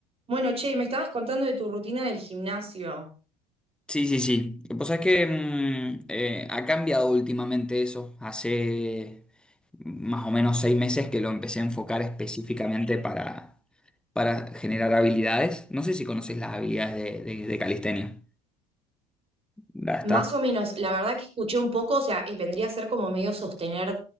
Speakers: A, on the right; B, in the centre.
A: Bueno, che, me estabas contando de tu rutina del gimnasio.
B: Sí, sí, sí. Pues es que mm, eh, ha cambiado últimamente eso. Hace más o menos seis meses que lo empecé a enfocar específicamente para, para generar habilidades. No sé si conoces las habilidades de, de, de calistenia. Las
A: Más
B: estás
A: o menos, la verdad que escuché un poco, o sea, eh, vendría a ser como medio sostener